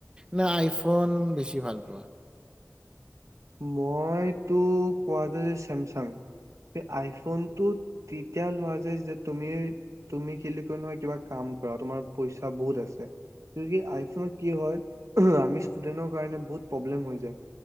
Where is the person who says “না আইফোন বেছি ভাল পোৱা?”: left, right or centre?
Right